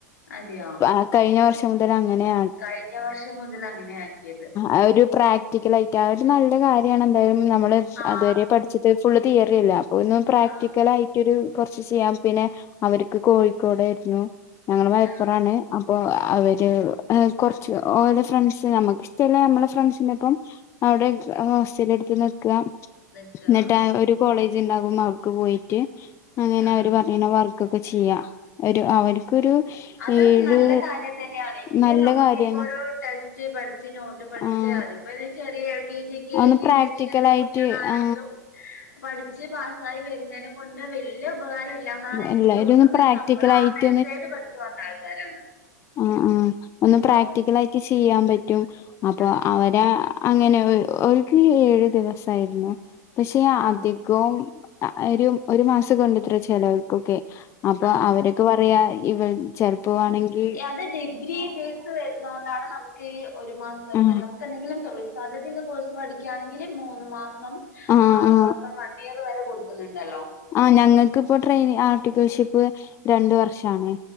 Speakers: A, on the left; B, on the left.
A: അതെയോ
B: ആഹ് കഴിഞ്ഞ വർഷം മുതൽ അങ്ങനെയ
A: കഴിഞ്ഞ വർഷം മുതല് അങ്ങനെ ആക്കിയത്.
B: അത് ഒരു പ്രാക്ടിക്കലായിട്ടാ അത് ഒരു നല്ല കാര്യമാണ് എന്തായാലും നമ്മള്
A: ആഹ്
B: അതുവരെ പഠിച്ചത് ഫുള്ള് തിയറി അല്ലെ അപ്പൊ ഒന്ന് പ്രാക്ടിക്കല്
A: ആഹ്
B: ആയി ഒരു കുറച്ച് ചെയ്യാൻ പിന്നെ അവർക്ക് കോഴിക്കോടായിരുന്നു ഞങ്ങള് മലപ്പുറാണ്
A: ആഹ്
B: അപ്പൊ അവര് കുറച്ച് ഓരോ ഫ്രണ്ട്സ് നമുക്ക് ഇഷ്ടമുള്ള നമ്മടെ ഫ്രണ്ട്സിന്റെ ഒപ്പം അവിടെ ഹോസ്റ്റല് എടുത്ത് നിക്കാം
A: നിക്ക
B: എന്നിട്ട്
A: ആഹ്
B: ഒരു കോളേജ് ഉണ്ടാകും അവടേക്ക് പോയിട്ട് അങ്ങനെ
A: ആഹ്
B: അവര് പറയണ വർ ക്കൊക്കെ ചെയ്യാം ഒരു അവർക്കൊരു
A: അത്
B: ഏഴ്
A: നല്ല കാര്യം തന്നെയാണ് ഇല്ലെങ്കിൽ
B: നല്ല
A: നമുക്കിപ്പോ
B: കാര്യാണ്
A: ഒരു ടെസ്റ്റ് പഠിച്ച് നോട്ട് പഠിച്ച്
B: ആഹ്
A: അതിപ്പൊ അയിന് ചെറിയ കെ ജി കെ
B: ഒന്ന്
A: ജി
B: പ്രാക്ടിക്കൽ
A: സെക്ഷനിലെ
B: ആയിട്ട്
A: കുട്ടികളാണെങ്കിലും
B: ആ
A: പഠിച്ച് പാസ്സായി വരുന്നെനെ കൊണ്ട് വെ ല്ല്യ ഉപകാരം ഇല്ലാന്നാണ് എനിക്ക്
B: എല്ലാരും
A: തോന്നുന്നത്
B: ഒന്ന് പ്രാക്ടിക്കൽ
A: നമ്മള്
B: ആയിട്ട്
A: ആ മെത്തേഡ് പഠിച്ചു വന്ന ആൾക്കാരാണ്
B: ആഹ് ആഹ് അന്നും പ്രാക്ടിക്കലായിട്ട്
A: അതുകൊണ്ട്
B: ചെയ്യാൻ പറ്റും അപ്പൊ
A: ആ
B: അവരാ അങ്ങനെ ഒര് ഓൾക്ക് ഏഴ് ദിവസായിരുന്നു പക്ഷെ
A: ആ
B: അതി ക്കും അ ഒരു ഒരു മാസം കൊണ്ട് ഇത്ര ചെലവ് അവർക്കൊക്കെ അപ്പൊ
A: ആ
B: അവരൊ ക്കെ പറയാ ഇവൻ ചെറുപ്പവാണെങ്കിൽ
A: യത് ഡിഗ്രി ബേസ് വരുന്നോണ്ടാണ് നമുക്ക് ഈ ഒരു മാസവൊക്കെ
B: ആ
A: നമുക്ക് എന്തെങ്കിലും തൊഴി സാധ്യതയുള്ള കോഴ്സ് പഠിക്കാണെങ്കിൽ മൂന്ന് മാസം
B: ആ
A: ആറ്
B: ആ
A: മാസം വൺ ഇയർ വരെ കൊടു ക്കുന്നുണ്ടല്ലോ
B: ആഹ് ഞങ്ങക്കിപ്പോ ട്രെയിനി ആർട്ടിക്കൽഷിപ്പ് രണ്ട് വർഷാണെ